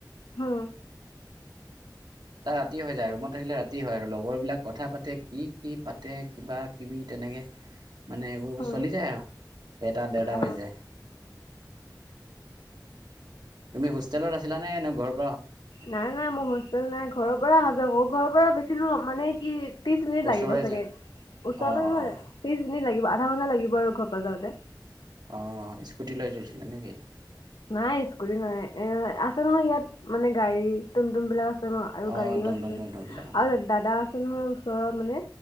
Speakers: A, on the left; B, on the right.
A: হা।
B: তাৰ ৰাতি হয় যায় ৰুমত থাকিলে ৰাতি হয় আৰু লগৰ বিলাক কথা পাতে কি কি পাতে কিবা - কিবি তেনেকে মানে এইবোৰ
A: উম
B: চলি যায় আৰু এটা দেৰটা
A: অ
B: বাজি যায়। তুমি হোষ্টেলত আছিলা নে ঘৰত?
A: নাই নাই মোৰ হোষ্টেল নাই ঘৰৰ পৰা অহা যোৱা কৰো ঘৰৰ পৰা বেছি দূৰ মানে কি ত্ৰিশ মিনিট
B: ওচৰৰে
A: লাগিব চাগে,
B: যে
A: ওচৰ
B: অঁ
A: নহয়
B: অঁ
A: ত্ৰিশ মিনিট লাগিব। আধা ঘন্টা লাগিব আৰু ঘৰ পৰা যাওঁতে।
B: অঁ স্কুট লৈ গৈছিলা নেকি?
A: নাই স্কুটি নাই, এ আছে নহয় ইয়াত মানে গাড়ী টুমটুম বিলাক আছ আছে ন আৰু
B: অঁ
A: গাড়ীও
B: টমটম
A: আছে,
B: চমটমবিলাক
A: আৰু দাদা আছে নহয় ওচৰৰ মানে।